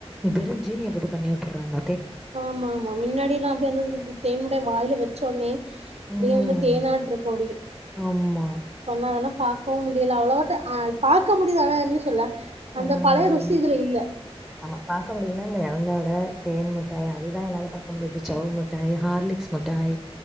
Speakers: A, in the centre; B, on the right.
A: பிரிஞ்சி நீ அப்படி பண்ணி விட்டு்றாங்க
B: ஆமா ஆமா மின்னாடில்லாம் அப்படிய வந்த தேன்மிட் டாய வாயில வச்சோடனே அப்படியே
A: ம்
B: தேனாட்டு இருக்கு அப்படியு
A: ஆமா
B: அதெல்லா பாக்கவும் முடியல அவ்ளவாட்டு பாக்க முடிது ஆனா என்ன சொல்ல அந்த
A: ம்
B: பழைய ருசி இதுல இல்ல
A: ஆமா பா்க்க முடியுதுன்னா இந்த இலந்த ட தேன்முட்டை அதுதான் என்னால பாக்க முடிது ஜவ் மிட்டாய் ஹார்லிக்ஸ் முட்டாய்